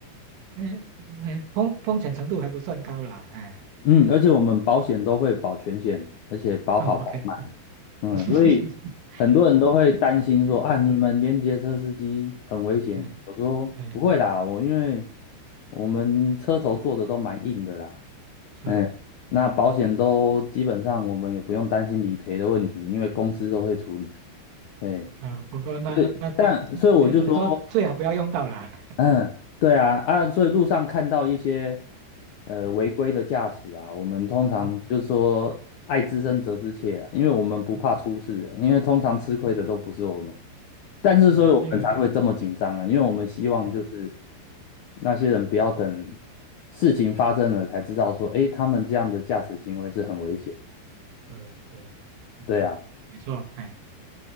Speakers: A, on the right; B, on the left.
A: 嗯嗯，风风险程度还不算高啦，哎，
B: 嗯，而且我们保险都会保全险，而且保好保满，
A: 哦，OK，嗯，
B: 嗯，
A: <laughs>
B: 所以很多人都会担心说啊，
A: 是，
B: 你们连接车司机很危险。
A: 嗯
B: 我说不会啦，
A: 嗯
B: 我因为我们车头做的都蛮硬的啦，
A: 是，
B: 哎，那保险都基本上我们也不用担心理赔的问题，因为公司都会处理，哎，
A: 嗯，不过那那，
B: 对，但所以我就说。
A: 你你说最好不要用到啦，
B: 嗯，对啊，啊，所以路上看到一些呃违规的驾驶啊，
A: 哎
B: 我们通常就是说爱之深责之切啊，
A: 嗯嗯
B: 因为我们不怕出事，
A: 嗯
B: 因为通常吃亏的都不是我们，
A: 嗯嗯
B: 但是所以我们才会这么紧张啊，
A: 嗯，是啊，因为。
B: 因为我们希望就是
A: 嗯
B: 那些人不要等事情发生了才知道说，诶，他们这样的驾驶行为是很危险，
A: 嗯嗯嗯嗯，
B: 对啊。
A: 没错，哎，